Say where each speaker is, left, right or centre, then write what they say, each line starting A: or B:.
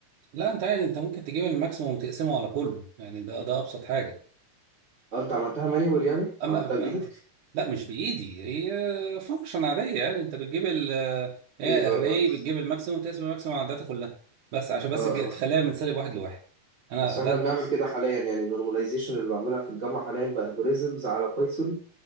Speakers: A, on the right (about 65°); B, on the right (about 25°).
A: لا انت عادي انت ممكن تجيب الماكسيموم وتقسمه على كله يعني ده ده ابسط حاجه
B: اه انت عملتها مانيوال يعني ما
A: اما
B: عملتها بايدك
A: أما- لا مش بايدي هي فانكشن عاديه يعني انت بتجيب ال هي
B: ايه اه
A: الري
B: اه
A: بتجيب الماكسيموم وتقسم الماكسيموم على الداتا كلها بس عشان بس
B: اه
A: تج-
B: آه.
A: تخليها من سالب واحد لواحد انا
B: اصل
A: ده
B: احنا بنعمل ماشي كده حاليا يعني النورماليزيشن اللي بعملها في الجامعه حاليا بالجوريزمز على بايثون